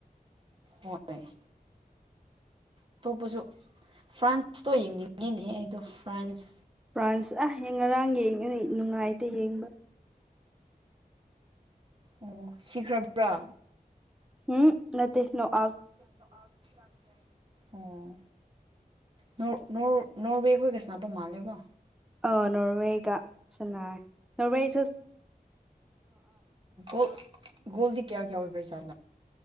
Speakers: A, on the right; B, in the centre.
A: ꯃꯦ ꯑꯇꯣꯞꯄꯁꯨ ꯐ꯭ꯔꯥꯟꯁꯇꯣ ꯌꯦꯡꯅꯤꯡꯉꯤꯅꯦꯍꯦ ꯑꯩꯗꯣ ꯐ꯭ꯔꯥꯟꯁ
B: ꯄ꯭ꯔꯥꯟꯁ ꯑꯥ ꯉꯔꯥꯡ ꯌꯦꯡꯉꯦꯅ ꯅꯨꯡꯉꯥꯏꯇ ꯌꯦꯡꯕ
A: ꯑꯣ ꯁꯤꯈ꯭ꯔꯕ꯭ꯔꯥ
B: ꯎꯝ ꯅ ꯅꯣ ꯑ
A: ꯁꯨꯣ ꯑꯐ ꯆꯪꯒ꯭ꯔ ꯑꯣ ꯅ ꯅ ꯅꯣꯔꯋꯦꯀ ꯀꯁꯅ ꯑꯕ ꯃꯥ ꯍꯥꯂꯀꯣ
B: ꯑ ꯅꯣꯣꯔꯋꯦꯒ ꯆ ꯅꯣꯔꯋꯦ
A: ꯣ ꯣꯜꯗꯤ ꯀꯌꯥ ꯀꯌꯥ ꯑꯣꯏꯕꯦꯔ ꯆꯂ